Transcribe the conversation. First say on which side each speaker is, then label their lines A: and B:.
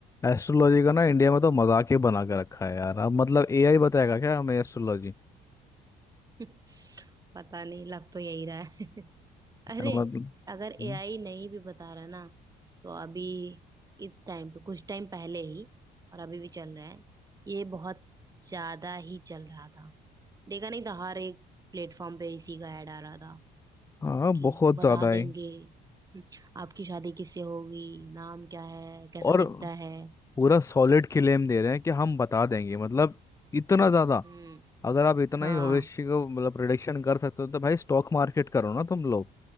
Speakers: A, on the left; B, on the right.
A: एस्ट्रोलॉजी का ना इंडिया में तो मजाक ही बना के रखा है यार अब मतलब एआई बताएगा क्या हमें एस्ट्रोलॉजी
B: <laughs> पता नहीं लग तो यही रहा है <laughs>
A: यार
B: अरे
A: मतलब
B: अगर एआई
A: हम्म,
B: नहीं भी बता रहा ना तो अभी इस टाइम पे कुछ टाइम पहले ही और अभी भी चल रहा है ये बहुत ज्यादा ही चल रहा था देखा नहीं था हर एक प्लेटफॉर्म पे इसी का ऐड आ रहा था
A: हाँ
B: कि
A: बहुत
B: बता
A: ज्यादा
B: देंगे
A: है
B: हम्म, आपकी शादी किससे होगी नाम क्या है कैसा
A: और
B: दिखता है
A: पूरा सॉलिड क्लेम दे रहे हैं कि हम बता देंगे मतलब इतना ज्यादा
B: हम्म
A: अगर आप इतना
B: हाँ
A: ही भविष्य को मतलब प्रिडिक्शन कर सकते हो तो भाई स्टॉक मार्केट करो ना तुम लोग